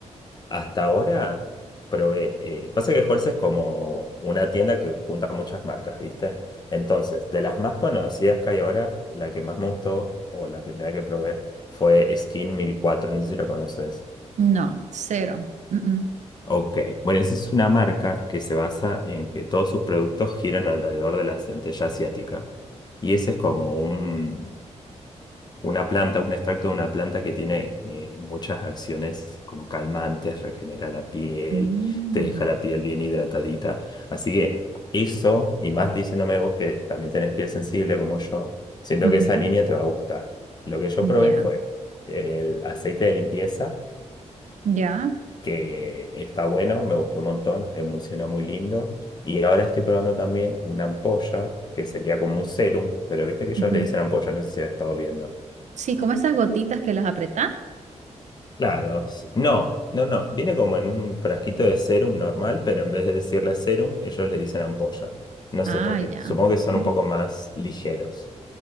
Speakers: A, on the left; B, on the right.
A: Hasta ahora probé. eh, pasa que Halls es como una tienda que junta muchas marcas, ¿viste? Entonces, de las más conocidas que hay ahora, la que más me gustó o la primera que probé fue Skin mil cuatro No sé si lo conoces.
B: No, cero. Mm,
A: Ok. Bueno, esa es una marca que se basa en que todos sus productos giran alrededor de la centella asiática. Y ese es como un, una planta, un extracto de una planta que tiene eh, muchas acciones como calmantes, regenera la piel,
B: Mm.
A: te deja la piel bien hidratadita. Así que eso, y más diciéndome vos que también tenés piel sensible como yo, siento
B: mm,
A: que esa
B: ujú.
A: línea te va a gustar. Lo que yo probé
B: Ya,
A: fue el aceite de limpieza,
B: ya.
A: que está bueno, me gustó un montón, emulsiona muy lindo. Y ahora estoy probando también una ampolla, que sería como un serum, pero viste que ellos
B: ujú.
A: le dicen ampolla, no sé si has estado viendo.
B: Sí, como esas gotitas que las apretás.
A: Claro, s- no, no, no. Viene como en un frasquito de serum normal, pero en vez de decirle serum, ellos le dicen ampolla. No
B: Ah,
A: sé por qué.
B: ya.
A: Supongo que son
B: Mm.
A: un poco más ligeros.